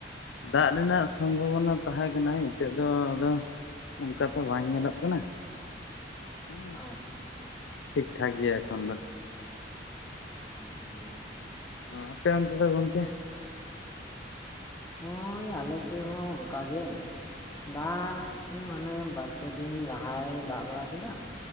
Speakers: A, on the left (about 90°); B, on the left (about 15°).
A: ᱫᱟᱜ ᱨᱮᱱᱟᱜ ᱥᱚᱢᱵᱷᱚᱵᱚᱱᱟ ᱛᱟᱦᱮᱸ ᱠᱟᱱᱟᱭ ᱱᱤᱛᱚᱜ ᱫᱚ ᱟᱫᱚ ᱚᱱᱠᱟ ᱛᱚ ᱵᱟᱝ ᱧᱮᱞᱚᱜ ᱠᱟᱱᱟ ᱦᱮᱸ
B: ᱟᱪᱪᱷᱟ
A: ᱴᱷᱤᱠ ᱴᱷᱟᱠ ᱜᱮᱭᱟ ᱮᱠᱷᱚᱱ ᱫᱚ
B: ᱸ ᱦᱩᱸ <inaudible>
A: ᱟᱯᱮ ᱚᱱᱛᱮ ᱫᱚ ᱜᱚᱢᱠᱮ
B: ᱦᱳᱭ ᱟᱞᱮ ᱥᱮᱫ ᱦᱚᱸ ᱚᱱᱠᱟ ᱜᱮ ᱫᱟᱜ
A: ᱚ
B: ᱢᱟᱱᱮ ᱵᱟᱨ ᱵᱟᱨᱯᱮ ᱫᱤᱱ ᱞᱟᱦᱟᱭ ᱫᱟᱜ ᱵᱟᱲᱟ ᱠᱮᱫᱟ